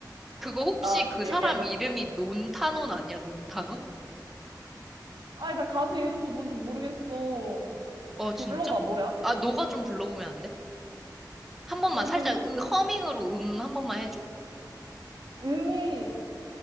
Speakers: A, in the centre; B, on the right.
A: 그거 혹시
B: 아,
A: 그
B: 얘기해봐.
A: 사람 이름이 논타논 아니야? 논타논?
B: 아니, 나 가수 이름도 뭔지 모르겠어.
A: 어, 진짜?
B: 불러봐, 뭐야?
A: 아, 너가 좀 불러보면 안 돼? 한 번만
B: 아,
A: 살짝
B: 그,
A: 으- 허밍으로 음 한 번만 해줘.
B: 음이,